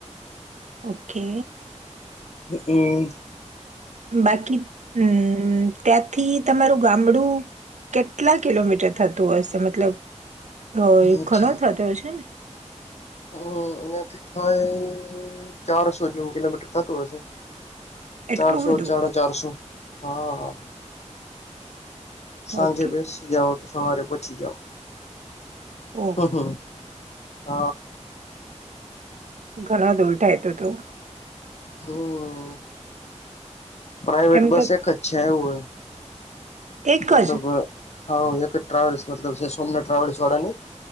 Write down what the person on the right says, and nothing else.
ઓકે.
બાકી હમ ત્યાંથી તમારું ગામડું કેટલા કિલોમીટર થતું હશે મતલબ? અ
ઘણો થતો હશે ને
એટલું
બધું
ઓકે
ઓહ
ઘણો દુલટાય તો તું
એમ
તો
એક
જ